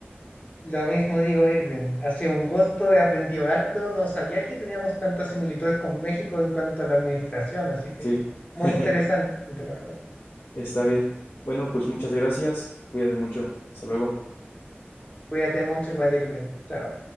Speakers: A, on the left; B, on the left.
A: Lo mismo digo, Irving. Ha sido un gusto, he aprendido harto. No sabía que teníamos tantas similitudes con México en cuanto a la administración, así que
B: Sí, <laughs>
A: muy interesante, la verdad.
B: está bien. Bueno, pues muchas gracias. Cuídate mucho. Hasta luego.
A: Cuídate mucho igual, Irving. Chao.